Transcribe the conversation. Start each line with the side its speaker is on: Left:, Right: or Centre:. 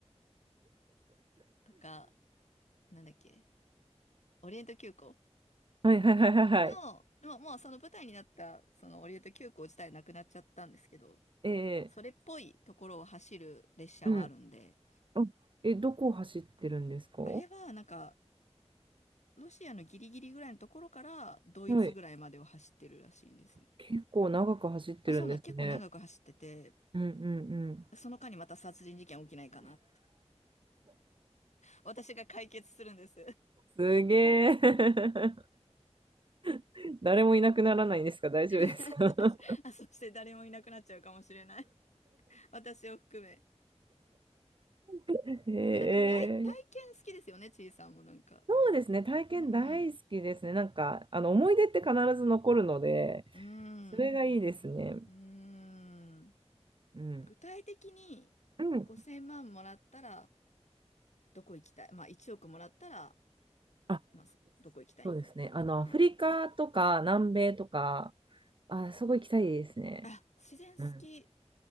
Left: あなんだっけ、オリエント急行
Right: はいはいはいはいはい。
Left: の、まあもうその舞台になったそのオリエント急行自体なくなっちゃったんですけど、
Right: え
Left: それっぽいところを走る列車はあるんで、
Right: ー、うん。あ、え、どこを走ってるんですか
Left: あれはなんかロシアのギリギリぐらいのところからドイツぐらいまでを走ってるらしいんですよ。
Right: はい。結構長く走ってるんですね。
Left: あ、そうなん、結構長く走ってて、
Right: うんうんうん。
Left: その間にまた殺人事件起きないかな。私が解決するんです。
Right: すげえ。<laughs> 誰もいなくならないんですか大丈夫ですか
Left: <laughs> 大丈夫あ、そして誰もいなくなっちゃうかもしれない。私を含め。
Right: <laughs> へ
Left: でもなんか体、体験好きですよね、
Right: え。
Left: ちいさんもなんか。
Right: そうですね。体験大好きですね。
Left: うん
Right: なんか、あの、思い出って必ず残るので、
Left: うん。
Right: それがいいですね。
Left: うーん。うーん。
Right: うん。
Left: 具体的に
Right: うん。
Left: 5000万もらったらどこ行きたい。まあ1億もらったら、
Right: あ、
Left: まあそどこ行きたいみたいな。
Right: そうですね。あの、アフリカとか南米とか、
Left: はい。
Right: あ、すごい行きたいですね。
Left: あ、自然好き
Right: うん